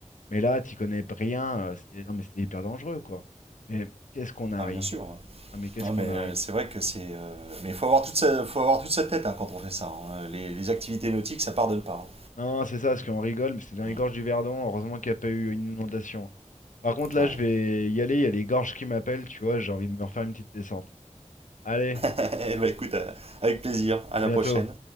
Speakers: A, on the left (about 90°); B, on the right (about 50°).
A: Mais là, t'y connais rien. euh, C'était, non, mais c'était hyper dangereux, quoi. Mais qu'est-ce qu'on a
B: Ah
A: ri?
B: bien sûr. ouais.
A: Ah, mais qu'est-ce
B: Ah,
A: qu'on
B: mais
A: a
B: euh,
A: ri?
B: c'est vrai que c'est. euh, Mais faut avoir toute faut avoir toute sa tête hein, quand on fait ça. hein. Les, les activités nautiques, ça pardonne pas.
A: Non, c'est ça, parce qu'on rigole, mais c'est dans
B: hein.
A: les gorges du Verdon. Heureusement qu'il n'y a pas eu une inondation. hein. Par contre, là,
B: Ouais.
A: je vais y aller. Il y a les gorges qui m'appellent, tu vois. J'ai envie de me refaire une petite descente. Allez,
B: <laughs> Eh ben, écoute, euh, avec plaisir. À
A: à
B: la
A: bientôt.
B: prochaine.